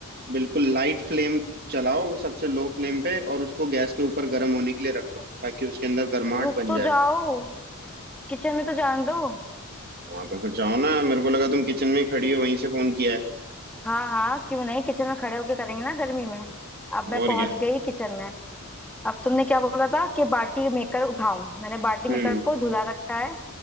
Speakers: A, on the right; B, in the centre.
A: बिल्कुल लाइट फ्लेम चलाओ सबसे लो फ्लेम पे और उसको गैस के ऊपर गर्म होने के लिए रख दो ताकि उसके अंदर गर्माहट
B: रुक
A: बन
B: तो
A: जाए
B: जाओ किचन में तो जाने दो
A: हाँ तो फिर जाओ ना मेरे को लगा तुम किचन में ही खड़ी हो वहीं से फोन किया है
B: हाँ हाँ क्यों नहीं किचन में खड़े होके करेंगे ना गर्मी में अब मैं
A: और
B: पहुंच
A: क्या
B: गई किचन में अब तुमने क्या बोला था कि बाटी मेकर उठाऊं मैंने बाटी मेकर
A: हम्म
B: को धुला रखा है